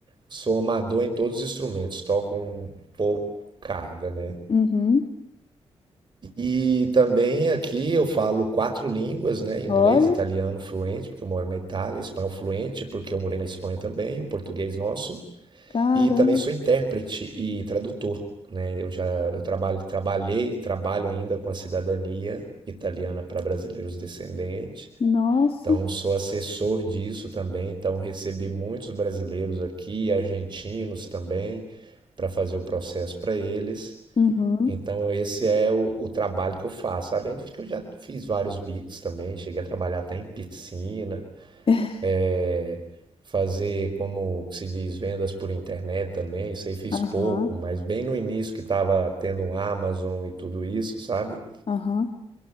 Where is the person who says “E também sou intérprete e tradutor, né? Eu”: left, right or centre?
Right